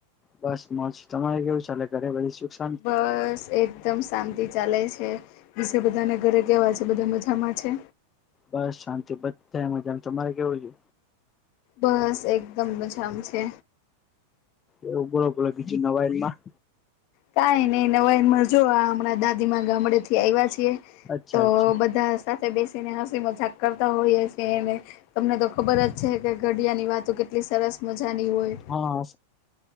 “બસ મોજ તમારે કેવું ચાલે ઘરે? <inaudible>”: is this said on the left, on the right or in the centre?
Left